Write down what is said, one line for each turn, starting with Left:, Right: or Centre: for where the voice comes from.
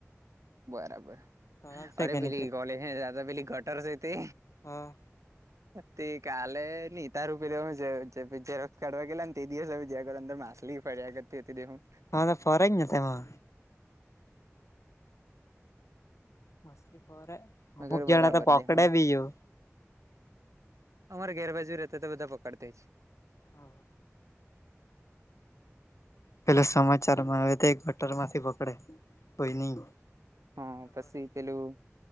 Right: બરાબર,
Left: તળાવ છે
Right: અરે
Left: કે નહી
Right: પેલી
Left: પેલું
Right: કોલેજ હે ત્યાં તો પેલી ગટર છે તે.
Left: હા
Right: તે કાલે ની તારૂ પેલુ હું છે <unintelligible> જેવો કાઢવા ગેલા ને તે દિવસમે જા વાર અંદર માછલી ફરિયા કરતી હતી દેહું
Left: હા ફરેંજ ને ફેવા મસ્લી ફરે અમુક
Right: મેં કરું
Left: જણા
Right: બરાબર
Left: તો પકડે
Right: દેહું
Left: બી યુ
Right: અમારે ઘેર બાજુ રહેતા તો બધા પકડતેજ.
Left: હા પેલા સમાચારમાં આવે તો એક બટર માંથી પકડે. પઈની
Right: હા પસી પેલું